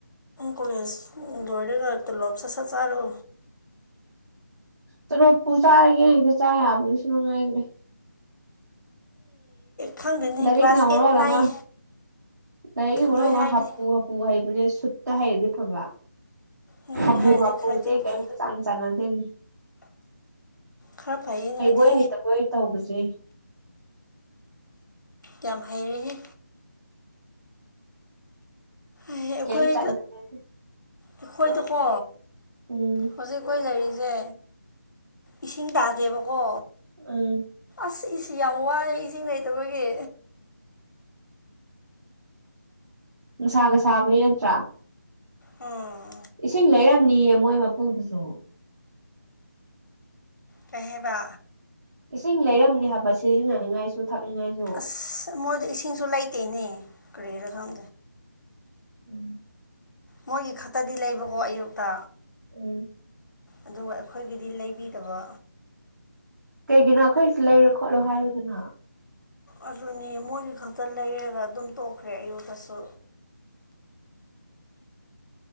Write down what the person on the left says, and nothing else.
ꯀꯣꯂꯦꯖ ꯂꯣꯏꯔꯒ ꯇꯂꯣꯞ ꯁꯠ ꯁꯠ ꯆꯥꯔꯨ
ꯈꯪꯗꯅꯤ
ꯀ꯭ꯂꯥꯁ
ꯑꯦꯠ ꯅꯥꯏꯟ
ꯅꯣꯏ
ꯍꯥꯏꯔꯗꯤ
ꯅꯣꯏ
ꯍꯥꯏꯔꯗꯤ
ꯈꯔꯗꯤ
ꯐꯩ
ꯈꯔ ꯐꯩꯌꯦ
ꯅꯣꯏꯗꯤ
ꯌꯥꯝ ꯍꯩꯔꯦꯍꯦ ꯑꯩꯈꯣꯏꯗ
ꯑꯩꯈꯣꯏꯗꯀꯣ
ꯍꯧꯖꯤꯛ ꯀꯣꯏ ꯂꯩꯔꯤꯁ ꯁꯦ ꯏꯁꯤꯡ ꯇꯥꯗꯦꯕꯀꯣ
ꯑꯁ ꯏꯁꯤ ꯌꯥꯝ ꯋꯥꯏꯑꯦ ꯏꯁꯤꯡ ꯂꯩꯇꯕꯒꯤ
ꯑꯣ
ꯀꯍꯕ
ꯑꯁ ꯃ ꯏꯁꯤꯡꯁꯨ ꯂꯩꯥꯏꯇꯦꯅꯦ ꯀꯔꯤꯔꯝ
ꯃꯣꯏꯒꯤ ꯈꯛꯇꯗꯤ ꯂꯩꯕꯀꯣ ꯑꯌꯨꯛꯇ
ꯑꯗꯨꯒ ꯑꯩꯈꯣꯏꯒꯤꯗꯤ ꯂꯩꯕꯤꯗꯕ
ꯑꯗꯨꯅꯦ ꯃꯣꯏꯗꯤ ꯈꯛꯇ ꯂꯩꯔꯒ ꯑꯗꯨꯝ ꯇꯣꯛꯈ꯭ꯔꯦ ꯑꯌꯨꯗꯁꯨ